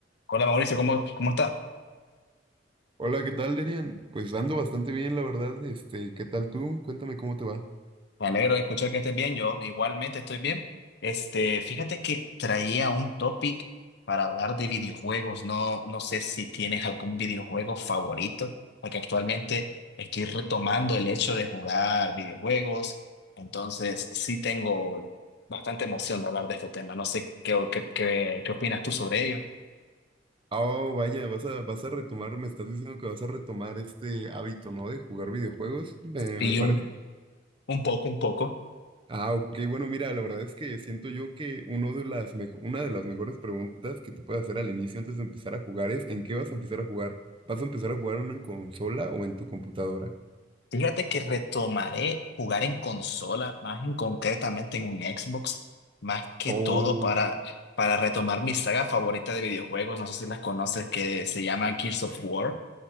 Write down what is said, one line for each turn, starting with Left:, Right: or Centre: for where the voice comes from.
Left: Hola Mauricio, ¿cómo, cómo está?
Right: Hola, ¿qué tal, Derian? Pues ando bastante bien, la verdad. Este, ¿qué tal tú? Cuéntame cómo te va.
Left: Me alegro de escuchar que estés bien, yo igualmente estoy bien. Este, fíjate que traía un topic para hablar de videojuegos. No, no sé si tienes algún videojuego favorito, porque actualmente estoy retomando el hecho de jugar videojuegos. Entonces, sí tengo bastante emoción de hablar de este tema. No sé qué, qué, qué, qué opinas tú sobre ello.
Right: Oh, vaya, vas a, vas a retomar, me estás diciendo que vas a retomar este hábito, ¿no? De jugar videojuegos, me,
Left: Y
Right: me parece.
Left: un, un poco, un poco.
Right: Ah, ok, bueno, mira, la verdad es que siento yo que uno de las mejo- una de las mejores preguntas que te puedes hacer al inicio antes de empezar a jugar es ¿en qué vas a empezar a jugar? ¿Vas a empezar a jugar en una consola o en tu computadora?
Left: Fíjate que retomaré jugar en consola, más en concretamente en un Xbox, más que
Right: Oh.
Left: todo para, para retomar mi saga favorita de videojuegos, no sé si las conoces, que se llama Gears of War,